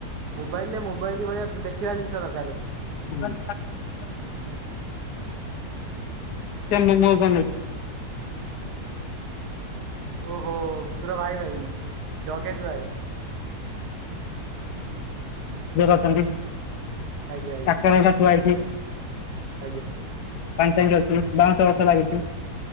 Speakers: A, on the right; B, on the left.
A: ମୋବାଇଲ୍ ରେ ମୋବାଇଲ ଭଳିଆ ଅ ଦେଖିବା ଜିନିଷ ଦରକାରେ।
B: ହୁଁ ଆମର ଏଟା ପିଚୁ ରାସ୍ତା <unintelligible> ଯୋଉ ହୁଁ
A: ଓହୋ କୁକୁର ଭାଇ ଭାଇ। ଡଗେଶ ଭାଇ
B: । <unintelligible>
A: ଆଜ୍ଞା ଆଜ୍ଞା
B: ଟାକ୍ଟର ଟା ଥୁଆ ହେଇଚି।
A: ଆଜ୍ଞା
B: ପାଣି ଟାଙ୍କି ଅଛି ବାଉଁଶ ଛ ଲାଗିଛି।